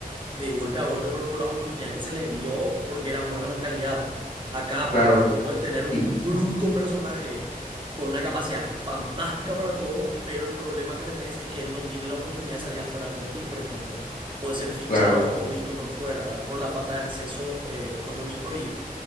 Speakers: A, on the right; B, on the left.
A: de golpe a golpe, pero por las oportunidades que se les dio porque eran buenos en calidad. Acá
B: claro,
A: vos puedes tener un
B: y-
A: bruto personaje con una capacidad fantástica para todo, pero el problema que tenés es que él no tiene la oportunidad de salir afuera a competir, por ejemplo, o de ser fichado
B: claro.
A: o visto por fuera, verdad Por la falta de acceso eh, económico y,